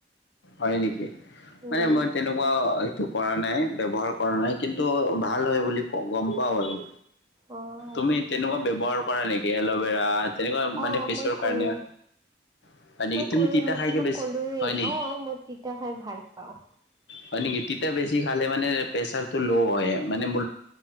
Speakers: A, on the left; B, on the right.
A: হয় নেকি
B: উম
A: মানে মই তেনেকুৱা এইটো কৰা নাই ব্যৱহাৰ কৰা নাই কিন্তু ভাল হয় বুলি গম পাও আৰু
B: অ আচ্ছা
A: তুমি তেনেকুৱা ব্যৱহাৰ কৰা নেকি এল'ভেৰা তেনেকুৱা
B: অ
A: মানে ফেচৰ
B: মই কৰোঁ
A: কাৰণে হয় নেকি
B: মই
A: তুমি
B: কৰো
A: তিতা
B: মই
A: খাইকে
B: তোমাক
A: বেছি
B: কলোৱে
A: হয় নেকি
B: অ মই তিতা খাই ভাল পাওঁ।
A: হয় নেকি তিতা বেছি খালে মানে প্ৰেচাৰতটো ল' হয় মানে ম